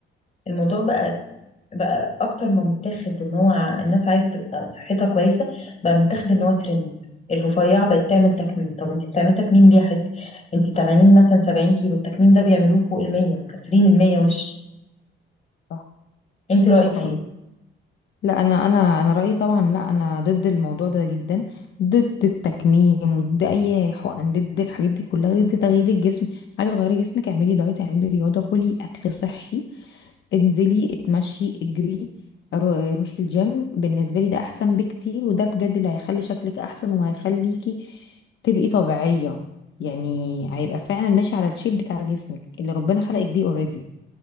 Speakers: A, on the left; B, on the left.
A: الموضوع بقى بقى أكتر ما متاخد إن هو الناس عايزة تبقى صحتها كويسة بقى متاخد إن هو ترند الرفيعة بقت تعمل تكميم طب انت بتعملي تكميم ليه يا حتي انت 80 مثلا 70 كيلو التكميم ده بيعملوه فوق ال 100 كاسرين ال 100 وش
B: صح
A: انت رأيك
B: صح
A: فيه
B: والله لا انا انا انا رايي طبعا لا انا ضد الموضوع ده جدا ضد التكميم ضد اي حقن ضد الحاجات دي كلها ضد تغيير الجسم عايزه تغيري جسمك اعملي دايت اعملي رياضه كلي اكل صحي انزلي اتمشي اجري رو- روحي الجيم بالنسبه لي ده احسن بكتير وده بجد اللي هيخلي شكلك احسن وهيخليكي تبقي طبيعيه يعني هيبقى فعلا ماشي على الشيب بتاع جسمك اللي ربنا خلقك بيه اوريدي